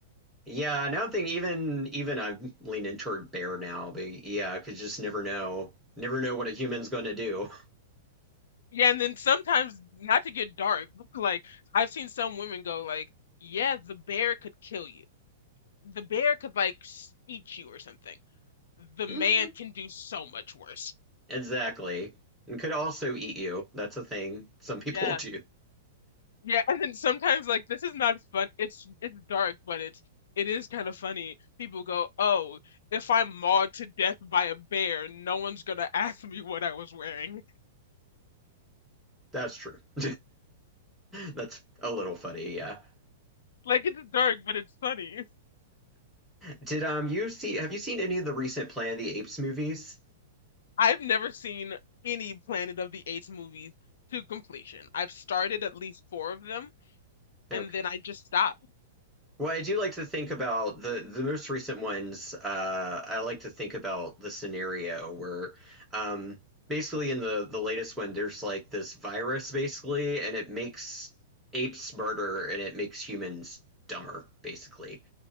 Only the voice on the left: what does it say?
Yeah, and then sometimes not to get dark, <laughs> like I've seen some women go like, "Yeah, the bear could kill you. The bear could like s- eat you or something. The
man can
do so much worse."
Yeah.
Yeah, and then sometimes like this is not fun. It's it's dark, but it's it is kind of funny. People go, "Oh, if I'm mauled to death by a bear, no one's gonna <laughs> ask me what I was wearing." <laughs>
Like it's dark, but it's funny.
I've never seen any Planet of the Apes movies to completion. I've started at least four of them, and
then I just stopped.